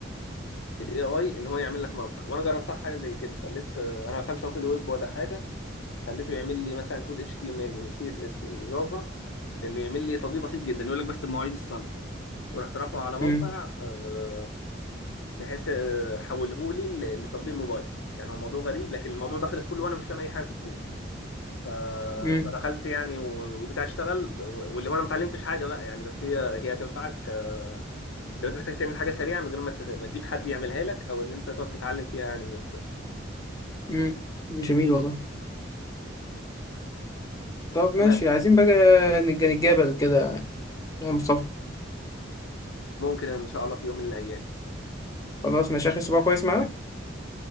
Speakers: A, on the left (about 85°); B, on the left (about 20°).
A: الاي اي ان هو يعمل لك موقع وانا جربتها في حاجه زي كده خليت آه، انا ما بفهمش هو في الويب ولا حاجه خليته يعمل لي مثلا كود اتش تي ام ال وسي اس اس وجافا انه يعمل لي تطبيق بسيط جدا يقول لك بس بمواعيد الصلاه ورحت رافعه على موقع
B: مم،
A: آه، بحيث آه، حوله لي ل- لتطبيق موبايل يعني هو موضوع غريب لكن الموضوع ده خلص كله وانا مش فاهم اي حاجه في الكود ف-
B: مم،
A: فدخلت يعني و- وبتاع اشتغل و- واللي هو انا ما اتعلمتش حاجه بقى يعني بس هي هي هتنفعك آه، لو انت محتاج تعمل حاجه سريعه من غير ما تخ- ما تجيب حد يعملها لك او ان انت تقعد تتعلم فيها يعني من الصفر
B: مم. جميل والله طب
A: تمام
B: ماشي عايزين بقى نتج- نتجابل كده يا مصطفى
A: ممكن ان شاء الله في يوم من الايام
B: خلاص ماشي آخر أسبوع كويس معاك